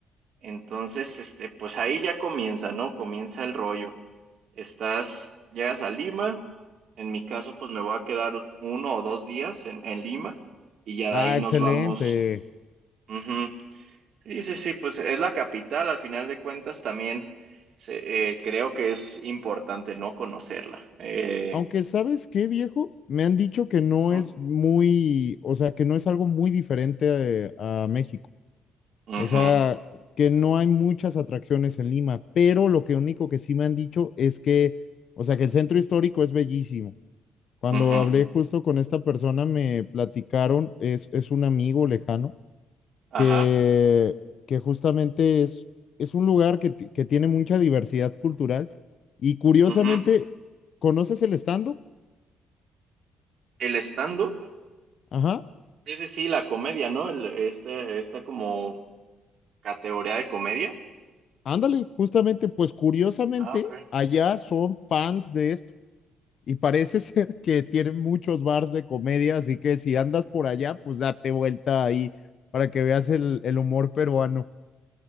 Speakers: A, on the right; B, on the left.
A: Entonces, este, pues ahí ya comienza, ¿no? Comienza el rollo. Estás, llegas a Lima, en mi caso, pues me voy a quedar uno o dos días en, en Lima y ya
B: Ah,
A: de ahí nos
B: excelente.
A: vamos. Ujú. Sí, sí, sí, pues es la capital, al final de cuentas también se- eh, creo que es importante no conocerla. Eh,
B: Aunque, ¿sabes qué, viejo? Me han dicho que no
A: ujú,
B: es muy, o sea, que no es algo muy diferente eh, a, México.
A: ujú,
B: O sea, que no hay muchas atracciones en Lima, pero lo que único que sí me han dicho es que, o sea, que el centro histórico es bellísimo. Cuando
A: ujú.
B: hablé justo con esta persona, me platicaron, es, es un amigo lejano,
A: ajá,
B: que, que justamente es, es un lugar que, ti- que tiene mucha diversidad cultural y curiosamente,
A: ujú.
B: ¿conoces el stand-up?
A: El stand-up,
B: Ajá.
A: sí, sí, sí, la comedia, ¿no? El, este, esta como ¿Categoría de comedia?
B: Ándale, justamente, pues curiosamente,
A: Ah, ok.
B: allá son fans de esto y parece <laughs> ser que tienen muchos bars de comedia, así que si andas por allá, pues date vuelta ahí para que veas el, el humor peruano.